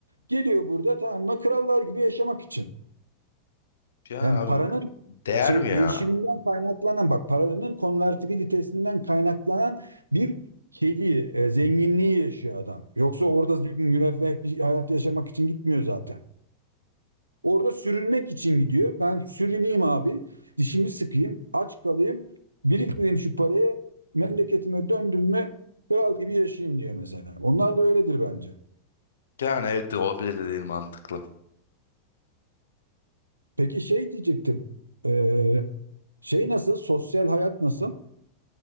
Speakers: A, on the right; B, on the left.
A: Geliyor burada tamam mı krallar gibi yaşamak için.
B: Ya
A: Yani
B: abi
A: paranın
B: değer
A: şey
B: mi ya?
A: değişiminden kaynaklanan bak paranın konvertibilitesinden kaynaklanan bir şeyliği, e, zenginliği yaşıyor adam. Yoksa orada bir müreffeh bir hayat yaşamak için gitmiyor zaten. Orada sürünmek için gidiyor. Ben sürüneyim abi. Dişimi sıkayım. Aç kalayım. Biriktireyim şu parayı. Memleketime döndüm mü kral gibi yaşayayım diyor mesela. Onlar da öyledir bence.
B: Yani evet de olabilir dediğin mantıklı.
A: Peki şey diyecektim. Ee, şey nasıl? Sosyal hayat nasıl?